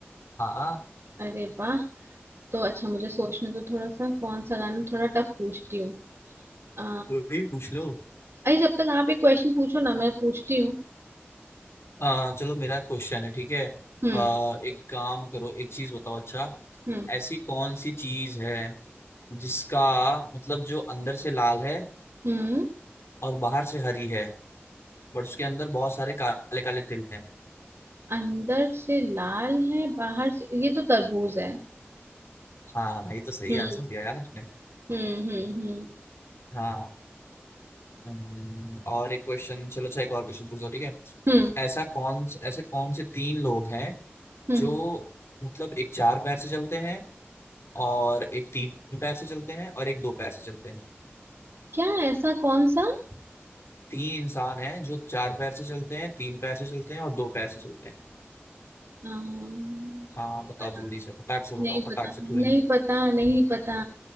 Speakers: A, on the left; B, on the right.
A: हाँ हाँ।
B: अरे वाह तो अच्छा मुझे सोचने तो थोड़ा सा कौन सा गाना थोड़ा टफ पूछती हूँ अ,
A: कोई भी पूछ लो
B: अरे जब तक आप एक क्वेश्चन पूछो ना मैं पूछती हूँ
A: अ, चलो मेरा क्वेश्चन है ठीक है
B: हम्म
A: अ, एक काम करो एक चीज बताओ अच्छा
B: हम्म
A: ऐसी कौन सी चीज है जिसका मतलब जो अंदर से लाल है
B: हम्म
A: और बाहर से हरी है बट उसके अंदर बहुत सारे काले काले तिल हैं
B: अंदर से लाल है बाहर से ये तो तरबूज है
A: हाँ ये तो सही
B: हम्म
A: आंसर दिया यार आपने
B: हम्म हम्म हम्म
A: हाँ हम्म, और एक क्वेश्चन चलो अच्छा एक और क्वेश्चन पूछो ठीक है
B: हम्म
A: ऐसा कौन ऐसे कौन से तीन लोग हैं
B: हम्म
A: जो मतलब एक चार पैर से चलते हैं और एक तीन पैर से चलते हैं और एक दो पैर से चलते हैं
B: क्या ऐसा कौन सा आ,
A: तीन इंसान हैं जो चार पैर से चलते हैं तीन पैर से चलते हैं और दो पैर से चलते हैं
B: नहीं
A: हाँ बताओ
B: पता
A: जल्दी से फटाक से बताओ
B: नहीं
A: फटाक
B: पता
A: से तुरंत
B: नहीं पता नहीं पता